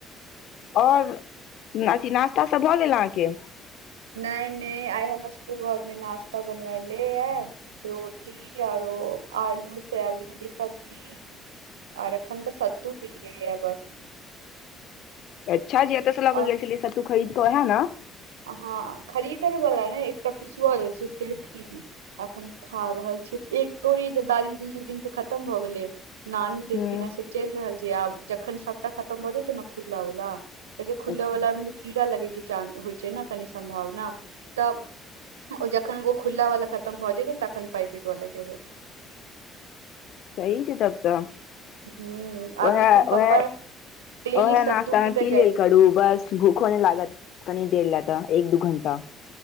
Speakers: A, on the left; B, on the right.
A: और न अथी नास्ता सब भऽ गेल अहाँके
B: नै-नै आइ हमरा सबके घरमे नाश्ता बनाले ए रोटी आरो आलू सोयाबीन के सब्जी आर अखन तऽ सतू पीलियै बस
A: अच्छा जी एत सऽ लक
B: और
A: गेल छेली सतू खरीद क ओहे न
B: हँ खरीदल बला नै एकटा पिसुआ छै से अखन खा रहल छी एक तोरी जे दादी दै छेलखिन से खतम भऽ गेलै। नानी देलखिन
A: ह
B: हैं से चइल रहल छै आब जखन सबटा खतम भऽ जेतै न खुला वाला कियैक खुलयबामे
A: अच्छा
B: कीड़ा लगैके चान्स होइ छै ने, कनि सम्भावना तऽ। ओ जखन ओ खुल्ला वाला खतम भऽ जेतै, तखन पैकेट वाला खेबै।
A: सही छै तब तऽ
B: ह आब
A: उएह
B: एखन पप्पा
A: उएह
B: डेली
A: उएह
B: सत्तू
A: नास्तामे
B: कऽ
A: पी
B: जाइ
A: लेल
B: छथिन
A: करू बस भूखो नहि लागत कनी देर लेऽ ता एक दू घण्टा